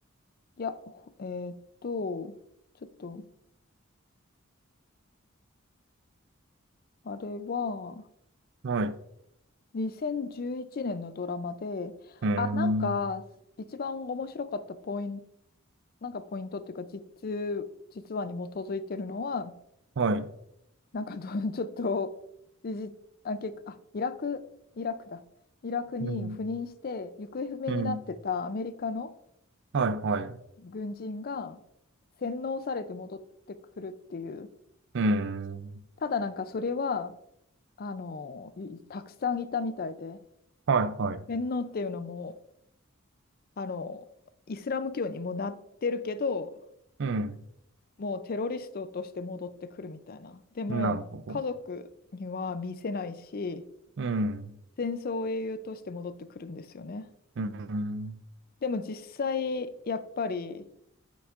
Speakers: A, on the left; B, on the right.
A: いや、ほえーっと、ちょっと、あれは、
B: はい、う
A: 2011年のドラマで、
B: ーん、
A: あ、なんか、一番面白かったポイント、なんかポイントっていうか、実、実話に基づいてるのは、
B: はい、
A: なんかど、<laughs> ちょっと、時事あ、結あ、イラク、イラクだ。イラクに赴任して、
B: うん、
A: 行方不明になってたアメリカの
B: うん、はい、はい、う
A: 軍人が洗脳されて戻ってくるっていう。
B: ーん、
A: ただなんかそれは、あの、いたくさんいたみたいで、
B: はい、はい、
A: 洗脳っていうのも、あの、イスラム教にもなってるけど、
B: うん、
A: もうテロリストとして戻ってくるみたいな。でも、
B: なるほど、
A: 家族には見せないし、
B: うん、
A: 戦争英雄として戻ってくるんですよね。
B: うん、
A: でも実際、やっぱり、